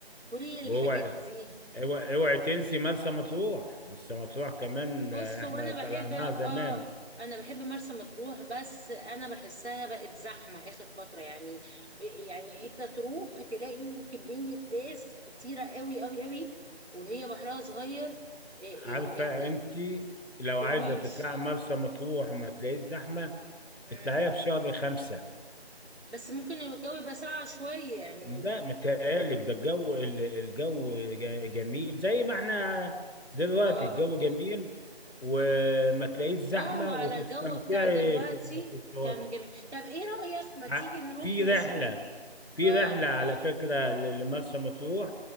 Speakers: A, on the right (about 90°); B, on the left (about 70°).
A: كل
B: واوعي
A: الحاجات دي
B: اوعي اوعي تنسي مرسى مطروح مرسى مطروح كمان
A: بص
B: آه،
A: وانا
B: احنا طلعناها
A: بحب اه
B: زمان
A: انا بحب مرسى مطروح بس انا بحسها بقت زحمه اخر فتره يعني يعني انت تروح تلاقي كميه ناس كتيره قوي قوي قوي وهي بحرها صغير آه، ال-
B: عارفة
A: ال- ال-
B: انت لو
A: الكورنيش
B: عايزة تطلعي مرسى مطروح وما تلاقيش زحمة
A: مم.
B: اطلعيها في شهر خمسة
A: بس ممكن الجو يبقى ساقع شويه يعني
B: لا متهيألك ده الجو ال- الجو جا- جميل زي ما احنا دلوقتي
A: اه
B: الجو جميل وما تلاقيش زحمة
A: اه وعلى
B: وتستمتعي
A: الجو بتاع دلوقتي
B: في ال- في الشواطئ
A: كان جميل طب ايه رايك ما تيجي
B: ع-
A: نروح
B: في
A: نشوف
B: رحلة في
A: اه
B: رحلة على فكرة ل- لمرسى مطروح